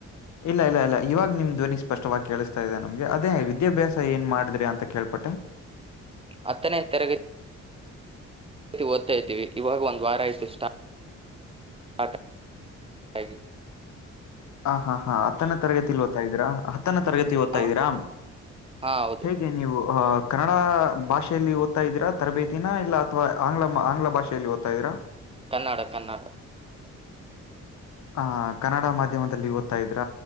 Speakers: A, on the left; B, on the right.
A: ಇಲ್ಲ ಇಲ್ಲ ಇಲ್ಲ ಇವಾಗ ನಿಮ್ ಧ್ವನಿ ಸ್ಪಷ್ಟವಾಗಿ ಕೇಳಿಸ್ತಾ ಇದೆ ನಮ್ಗೆ ಅದೇ ವಿದ್ಯಾಭ್ಯಾಸ ಏನ್ ಮಾಡಿದ್ರಿ ಅಂತ ಕೇಳ್ಪಟ್ಟೆ
B: ಹತ್ತನೇ ತರಗತಿ ತಿ ಓದ್ತಾ್ತೀವಿ ಇವಾಗ ಒಂದು್ ವಾರ ಆಯ್ತು ಸ್ಟಾ ಹ ಹಾಗ
A: ಹ ಹಾ ಹಾ ಆತ್ತನ ತರಗತಿಲ್ಲಿ ಓದತ ಇದ್ರಾ ತ್ತನ ತರಗತಿ ಓದ್ತಾ
B: ಹ
A: ಇದ್ದೀರಾ
B: ಹಾ ಹೌದು
A: ಹೇಗೆ ನೀವು ಅ ಕನ್ನಡ ಭಾಷೆಯಲ್ಲಿ ಓದ್ತ ಇದ್ದೀರಾ ತರಬೇತಿನ ಇಲ್ಲ ಅಥವಾ ಆಂಗ್ಲ ಆಂಗ್ಲ ಭಾಷೆಯಲ್ಲಿ ಓದ್ತಾ ಇದ್ದೀಾ
B: ಕನ್ನಡ ಕನ್ನಡ
A: ಆಹ ಕನ್ನಡ ಮಾಧ್ಯಮದಲ್ಲಿ ಓದ್ತಾ ಇದ್ರ